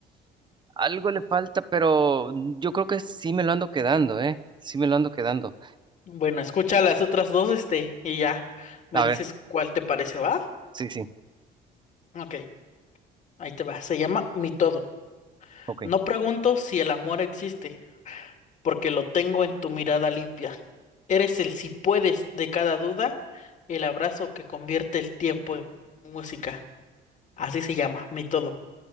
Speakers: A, on the right; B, on the left.
A: algo le falta, pero yo creo que sí me lo ando quedando, ¿eh? Sí me lo ando quedando.
B: bueno, escucha las otras dos, este, y ya me
A: A
B: dices
A: ver,
B: cuál te parece, ¿va?
A: sí, sí,
B: Ok, ahí te va. Se llama Mi todo.
A: ok.
B: No pregunto si el amor existe. porque lo tengo en tu mirada limpia. Eres el si puedes de cada duda, el abrazo que convierte el tiempo en música. Así se llama, mi todo.